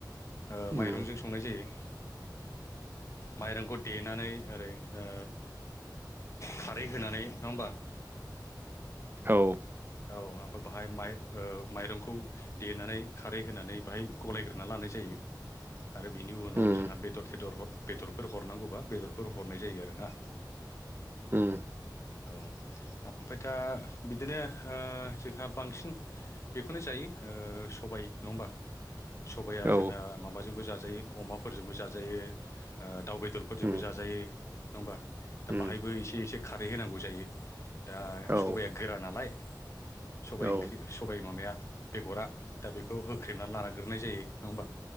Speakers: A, on the left (about 40°); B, on the right (about 30°).
A: ओ
B: उम औ
A: माइरंजों संनाय जायो। माइरंखौ देनानै ओरै ओ खारै होनानै नङा होमबा
B: औ
A: औ ओमफ्राय बाहाय माइ ओ माइरंखौ देनानै खारै होनानै बाहाय गलायग्रोना लाना नाय जायो आरो बिनि उनाव
B: उम
A: जोंहा बेदर सेदर हर बेदरफोर हरनांगौबा बेदरफोर हरनाय जायो आरो ना।
B: उम
A: औ ओमफाय दा बिदिनो ओ जोंहा बांसिन बेखौनो जायो ओ सबाय नङा होमबा। सबाया
B: औ
A: जोंहा माबा जोंबो जाजायो अमाफोरजोंबो जाजायो ओ दाउ बेदरजोंबो
B: उम
A: जाजायो नङा होमबा। दा
B: उम
A: बाहायबो एसे एसे खारै होनांगौ जायो दा
B: औ
A: सबाइया गोरा नालाय सबाइ
B: औ
A: ओंख्रि सबाइ माबाया बेगरा दा बेखौ होख्रेबनानै लाग्रोनाय जायो नङा होमबा